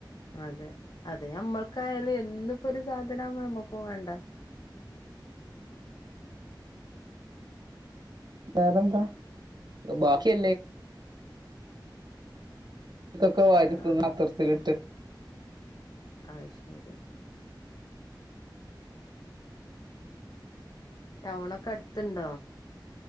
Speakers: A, on the left (about 55°); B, on the right (about 60°).
A: അതെ. അത് ഞമ്മൾക്കായാലും എന്നിപ്പോ ഒരു സാധനവുമ്പ നമ്മുക്കും വേണ്ട.
B: ബെറന്താ. ബാക്കി... തൊക്കെ വാരി
A: ആഹ്
B: തിന്നു
A: ആഹ്
B: പാത്തറത്തിലിട്ട്.
A: ആ ശരി ടൗണൊക്കെ അടുത്ണ്ടോ?